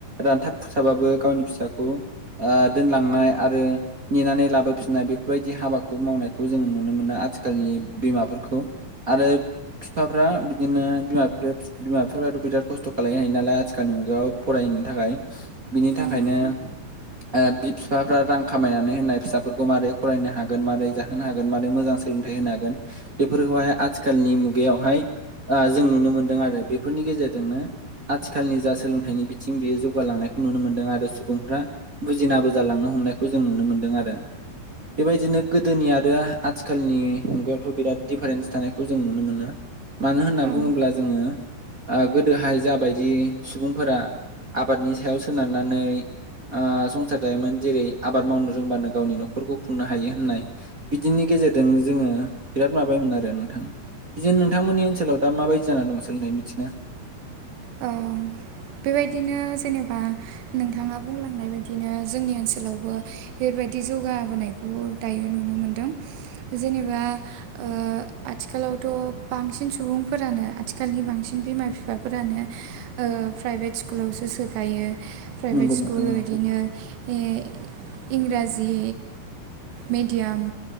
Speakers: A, on the right; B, on the right.
A: रानथाब खुरसाबाबो गावनि फिसाखौ ओ दोनलांनाय आरो नेनानै लाबोफिननाय बेफोरबायदि हाबाखौ मावनायखौ जोङो नुनो मोनो आथिखालनि बिमाफोरखौ आरो बिफाफ्रा बिदिनो बिमा बिफाया बिमा बिफ्राथ' बिराद खस्थ' खालनो हायो नालाय आथिखालनि मुगायाव फरायनो थाखाय। बिनि थाखायनो
B: ओं
A: ओ बि बिफाफ्रा रां खामायनानै होननाय फिसाफोरखौ मारै फरायनो हागोन मारोरै जाहोन हागोन मारै मोजां सोलोंथाइ होनो हागोन बेफोरखौहाय आथिखालनि मुगायावहाय ओ जों नुनो मोनदों आरो बेफोरनि गेजेरजोंनो आथिखालनि जा सोलोंथाइनि बिथिं बेयो जौगालांनायखौ नुनो मोनदों आरो सुबुंफ्रा बुजिनाबो जालांनो हमनायखौ जों नुनो मोन्दों आरो। बेबायदिनो गोदोनि आरो आथिखालनि मुग बिराद दिफारेन्स थानायखौ जों नुनो मोना मानो होनना
B: ओं
A: बुङोब्ला जोङो गोदोहाय जाबायदि सुबुंफोरा आबादनि सायाव सोनारनानै ओ संसार जायोमोन जेरै आबाद मावनो रोंबानो गावनि न'खरखौ खुंनो हायो होननाय बिदिनि गेजेरजों जोङो बिराद माबायोन आरो नोंथां बिदिनो नोंथांमोननि ओनसोलाव दा माबायदि जानानै दं सोलोंथाइ बिथिना <inaudible>
B: औ बेबायदिनो जेनेबा नोंथाङा बुंलांनाय बायदिनो जोंनि ओनसोलावबो बेबायदि जौगाबोनाय। <unintelligible> दायो नुनो मोनदों जेनेबा। ओ आथिखालावथ' बांसिन सुबुंफोरानो आथिखालनि बांसिन बिमा बिफाफोरानो। ओ प्राइभेट स्कुलावसो सोखायो प्राइभेट
A: नंगौ नोंथां
B: स्कुल बिदिनो
A: औ
B: ओ इंराजि मेडियाम